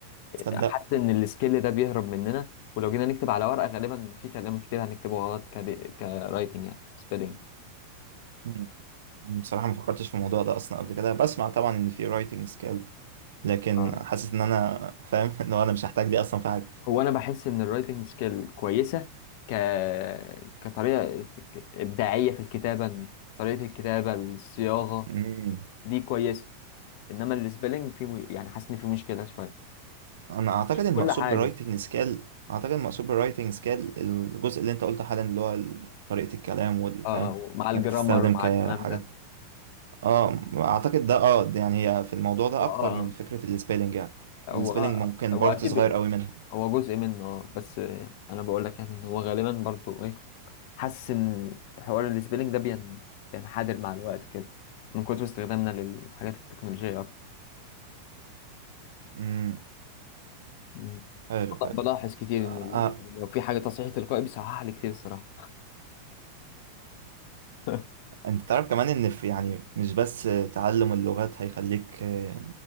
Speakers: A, on the right; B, on the left.
A: تصدق
B: حاسس ان السكيل ده بيهرب مننا ولو جينا نكتب على ورقه غالبا في كلام كتير هنكتبه غلط كدي... كرايتنج يعني سبيلنج
A: مم. بصراحه ما فكرتش في الموضوع ده اصلا قبل كده بسمع طبعا ان في رايتنج سكيل لكن
B: آه.
A: حاسس ان انا فاهم <laughs> لو انا مش هحتاج دي اصلا في حاجه
B: هو انا بحس ان الرايتنج سكيل كويسه ك كطريقه ابداعيه في الكتابه طريقه الكتابه الصياغه
A: مم.
B: دي كويسه انما السبيلنج في م... يعني حاسس ان في مشكله شويه
A: انا اعتقد
B: مش في
A: المقصود
B: كل حاجه
A: بالرايتنج سكيل اعتقد المقصود بالرايتنج سكيل الجزء اللي انت قلته حالا اللي هو ال- طريقة الكلام والفهم
B: اه مع الجرامر
A: انك تستخدم
B: مع
A: كحاجات
B: الكلام ده
A: اه اعتقد ده اه ده يعني هي في الموضوع ده
B: اه
A: اكتر من فكرة السبيلنج يعني
B: هو
A: السبيلنج
B: اه
A: ممكن
B: هو
A: بارت
B: اكيد
A: صغير قوي منها
B: هو جزء منه اه بس آه، انا بقول لك يعني ان هو غالبا برضو ايه حاسس ان حوار السبيلنج ده بين بينحدر مع الوقت كده من كتر استخدامنا للحاجات التكنولوجية اكتر
A: امم
B: مم.
A: حلو حلو
B: بلاحظ كتير
A: آه،
B: ان ال...
A: آه.
B: لو في حاجة تصحيح تلقائي بيصحح لي كتير الصراحة <laughs>
A: انت تعرف كمان ان في يعني مش بس تعلم اللغات هيخليك آه،